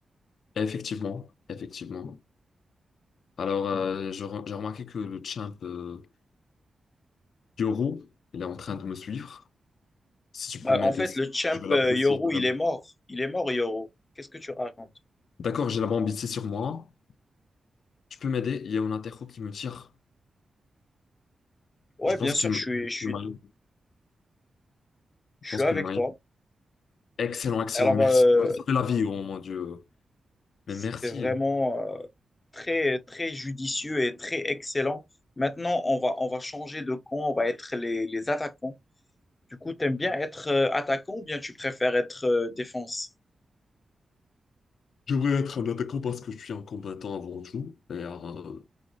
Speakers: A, on the left; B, on the left.
A: Effectivement, effectivement. Alors, euh, je re- j'ai remarqué que le champ euh, Yoro, il est en train de me suivre. Si tu peux
B: Bah,
A: m'aider,
B: en fait, le champ
A: je vais l'apprécier
B: euh, Yoru,
A: vraiment.
B: il est mort. Il est mort, Yoru. Qu'est-ce que tu racontes?
A: D'accord, j'ai la bombe ici sur moi. Tu peux m'aider? Il y a un interro qui me tire.
B: Ouais,
A: Je pense
B: bien sûr,
A: qu'il
B: je
A: me
B: suis, je suis,
A: il m'a eu.
B: je
A: Je pense
B: suis avec
A: que le m'a
B: toi.
A: Excellent, excellent,
B: Alors,
A: merci.
B: euh,
A: Tu m'as sauvé la vie, oh mon Dieu.
B: c'était
A: Mais merci.
B: vraiment euh, très, très judicieux et très excellent. Maintenant, on va, on va changer de camp, on va être les, les attaquants. Du coup, t'aimes bien être euh, attaquant ou bien tu préfères être euh, défense?
A: J'aimerais être un attaquant parce que je suis un combattant avant tout. Et, euh,